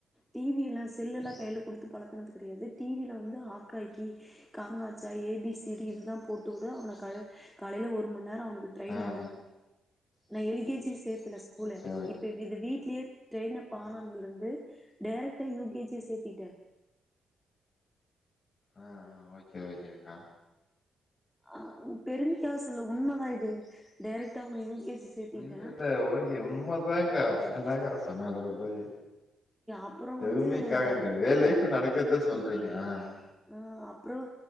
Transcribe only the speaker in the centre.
டி வியில செல்லல்லா கைல குடுத்து பழக்குனது கெடையாது டி வில வந்து ஆக்காயிக்கி காங்காச்சா ஏ பி சி டி இது தா போட்டுவிடு அவன கழ காலேல ஒரு மணிநேரோ அவ னுக்கு ட்ரைனிங்
நா எல் கே ஜி சேத் ந்தன ஸ்கூலு
இப்பவ்யிது வீட்லியே ட்ரெய்ன்அப்
ஆனாதுலந்து டெரக்ட்டா யு கே ஜி சேத்திட்டே
ஆஹ் உ பெருமைக்காக சொல்லல உண்மதா இது டேரக்ட்டா அவன யு கே ஜி சேத்திட்டே
அப்புறோ
வந்து ஆ
அஹ் அப்புறம்